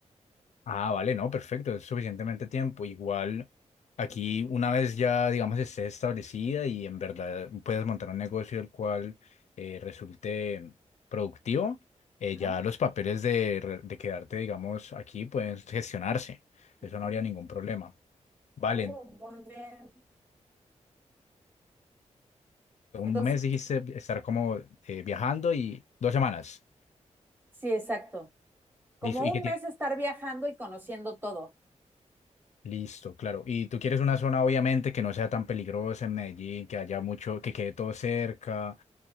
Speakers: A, on the left (about 70°); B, on the right (about 15°).
A: Ah, vale, no, perfecto, es suficientemente tiempo. Igual aquí una vez ya, digamos, esté establecida y en verdad puedes montar un negocio el cual eh, resulte productivo, eh,
B: Ajá.
A: ya los papeles de, re- de quedarte, digamos, aquí pueden gestionarse.
B: ujú.
A: Eso no habría ningún problema. Vale,
B: Oh, muy bien.
A: un
B: Entonces,
A: mes dijiste estar como eh, viajando y dos semanas.
B: sí, exacto. Como
A: Listo, ¿y
B: un
A: qué tiene?
B: mes estar viajando y conociendo todo.
A: Listo, claro. Y tú quieres una zona, obviamente, que no sea tan peligrosa en Medellín, que haya mucho, que quede todo cerca